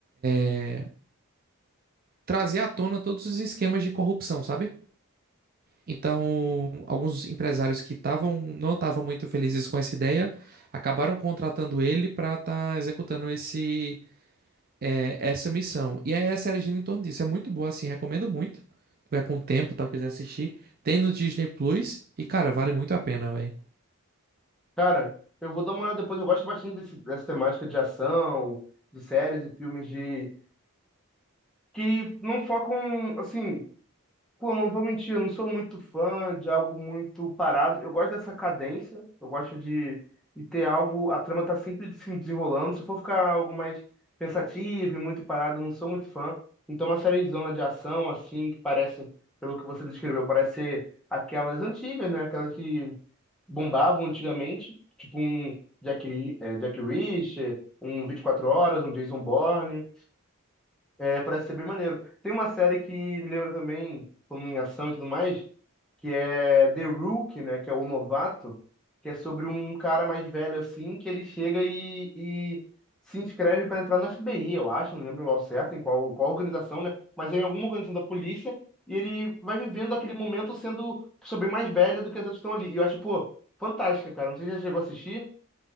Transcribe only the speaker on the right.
é, trazer à tona todos os esquemas de corrupção, sabe? Então, alguns empresários que estavam não estavam muito felizes com essa ideia acabaram contratando ele pra estar executando esse é, essa missão. E aí a série gira em torno disso. É muito boa, assim, recomendo muito. Vai com o tempo, tal, quiser assistir. Tem no Disney Plus. E, cara, vale muito a pena, velho.